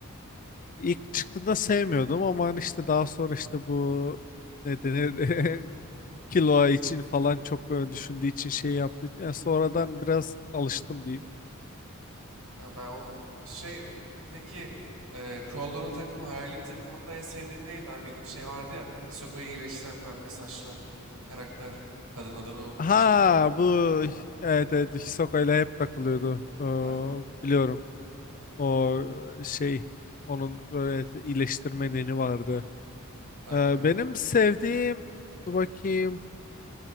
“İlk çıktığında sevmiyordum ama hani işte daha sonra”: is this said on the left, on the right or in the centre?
Left